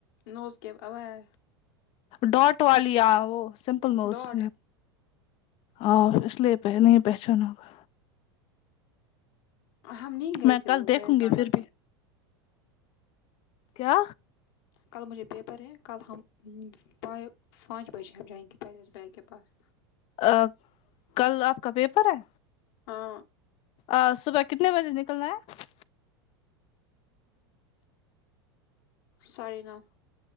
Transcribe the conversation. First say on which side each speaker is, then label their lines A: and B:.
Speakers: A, on the left; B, on the left.
A: نو اس کے او ہے
B: ڈاٹ والی آ وہ سمپل نوز
A: ڈاٹ
B: اس میں آ اس لیے پہنی ہے پہچانا ہوگا
A: ہم نہیں گئے
B: میں
A: پھر
B: کل
A: وہ
B: دیکھوں
A: پین کاربا
B: گی پھر بھی کیا
A: کل مجھے پیپر ہے کل ہم پائے پانچ بجے ہم جائیںن کہ پرس بھائی کے پاس
B: ا کل آپ کا پیپر ہے
A: ہاں
B: آج صبح کتنے بجے نکلنا ہے
A: ساڈے نو